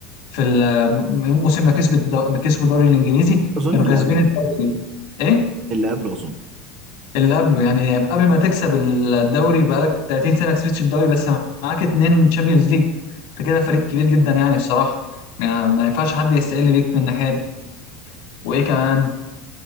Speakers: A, on the left; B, on the right.
A: في الموسم ما كسب الدو... ما كسبوا الدوري الانجليزي
B: اظن
A: كانوا
B: اللي
A: كاسبين
B: قبله
A: الدوري ايه
B: اللي قبله اظن
A: اللي قبله يعني قبل ما تكسب الدوري بقالك 30 سنه ما كسبتش الدوري بس معاك اتنين تشامبيونز ليج انت كده فريق كبير جدا يعني الصراحه ما ما ينفعش حد يستقل بيك من الناحيه دي وايه كمان